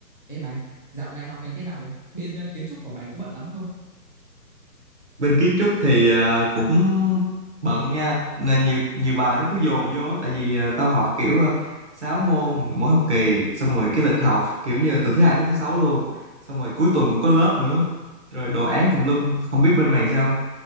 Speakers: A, on the left (about 30°); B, on the right (about 45°).
A: Ê mày, dạo này học hành thế nào ấy? Bên ờ, kiến trúc của mày có bận lắm không?
B: bên kiến trúc thì à, cũng bận nha nên nhiều nhiều bài nó cứ dồn vô á. tại vì à, tao học kiểu à, 6 môn mỗi học kỳ xong rồi cái lịch học kiểu như từ thứ hai tới thứ sáu luôn xong rồi cuối tuần cũng có lớp nữa rồi đồ án tùm lum không biết bên mày sao